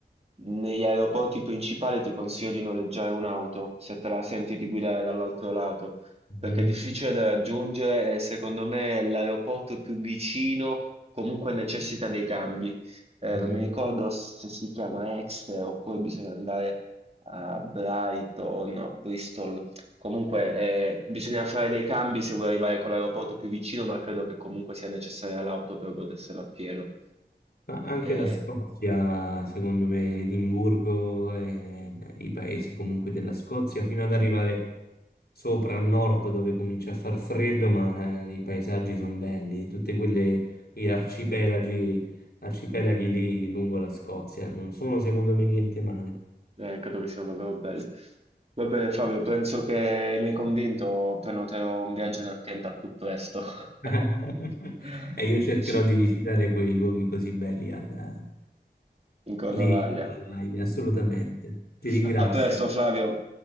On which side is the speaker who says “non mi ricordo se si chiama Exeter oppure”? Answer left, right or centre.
Right